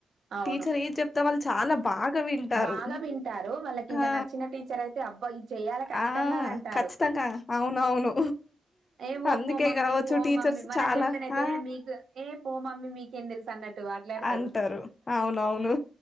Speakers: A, on the right; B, on the left.
A: అవును
B: టీచర్ ఏది చెప్తే వాళ్ళు చాలా బాగా వింటారు
A: బాగా వింటారు వాళ్ళకి
B: ఆ
A: ఇంకా నచ్చిన టీచర్ అయితే అబ్బా ఇది చెయాలి ఖచ్చితంగా
B: ఆ
A: అని అంటారు
B: ఖచ్చితంగా అవునవును
A: ఏ పో
B: అందుకే
A: పో మమ్మీ
B: కావచ్చు
A: పో
B: టీచర్స్
A: మమ్మీ మనం
B: చాలా
A: చెప్తానైతే
B: ఆ
A: మీకు ఏ పో మమ్మీ మీకేం తెలుసు అన్నట్టు మాట్లాడతారు
B: అంటారు అవునవును